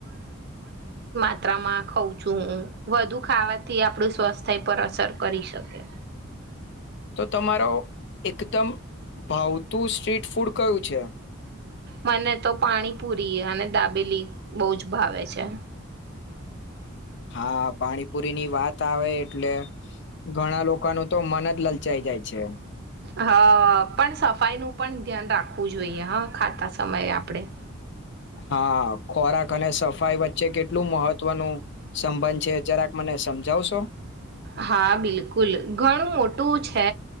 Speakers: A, on the right; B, on the left.
A: માત્રમાં ખઉં છું હું વધુ ખાવાથી આપડું સ્વસ્થ પર અસર કરી શકે.
B: તો તમારો એકદમ ભાવ તું સ્ટ્રીટ ફૂડ કયું છે?
A: મને તો પાણી પૂરી અને દાબેલી બહુ જ ભાવે છે.
B: હા પાણીપુરી ની વાત આવે એટલે ઘણા લોકોનું તો મન જ લલચાઈ જાય છે.
A: હ પણ સફાઈનું પણ ધ્યાન રાખવું જોઈએ હા ખાતા સમયે આપણેે
B: હા ખોરાક અને સફાઈ વચ્ચે કેટલું મહત્વનું સંબંધ છે જરાક મને સમજાવશો.
A: હા બિલકુલ ઘણું મોટ ટુ છે